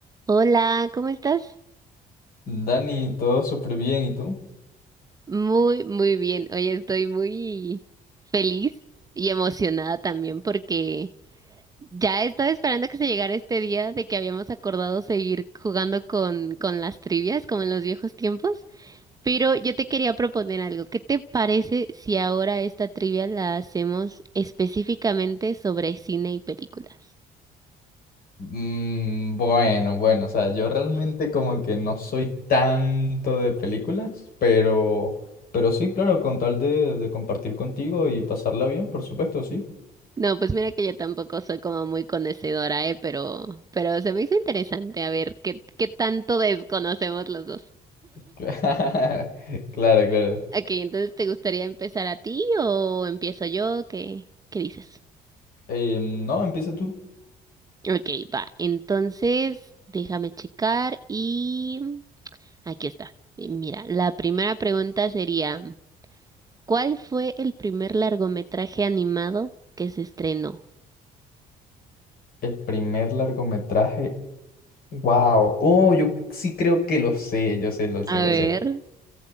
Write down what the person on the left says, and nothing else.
Dani, todo súper bien, ¿y tú?
Mm, bueno, bueno, o sea, yo realmente como que no soy tanto de películas, pero, pero sí, claro, con tal de, de compartir contigo y pasarla bien, por supuesto, sí.
<laughs> Claro, claro.
Eh, no, empieza tú.
El primer largometraje, wow. Oh, yo sí creo que lo sé, yo sé, lo sé,
lo
sé.